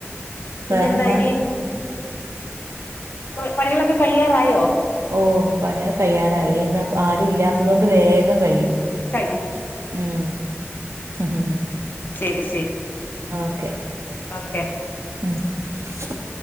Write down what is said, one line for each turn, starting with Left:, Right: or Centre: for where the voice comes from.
Left: പിന്നെ
Right: വേറെന്താ
Left: എന്താ അയിൻ ഇപ്പോ പണികളൊക്കെ കഴിയാറായോ
Right: ഓ പണികെ കഴിയാറായി ഇന്ന് ആരും ഇല്ലാത്തതൊണ്ട് വേഗം കഴിയും.
Left: കഴിയും
Right: ഉം <inaudible>
Left: ശരി ശരി
Right: ഓക്കെ
Left: ഓക്കെ
Right: <inaudible>